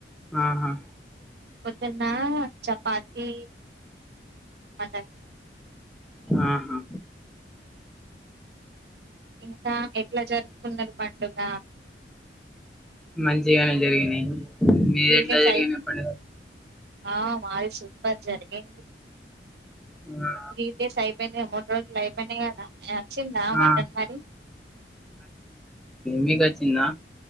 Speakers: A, in the centre; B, on the right.
A: ఆహా
B: పొద్దున్న చపాతి మటన్
A: ఆహా
B: ఇంకా ఎట్లా జరుపుకున్నారు పండుగ
A: మంచిగానే జరిగినాయి మీది
B: త్రీ
A: ఎట్లా
B: డేస్
A: జరిగిన
B: అయి
A: పండుగ
B: ఆ మాది సూపర్ జరిగి
A: ఆ
B: తీ డేస్ అయిపోయిందిగా అమ్మో రోజులైపోనేగాదనే వచ్చిందా మటన్
A: ఆ.
B: మరి
A: మీకచ్చిందా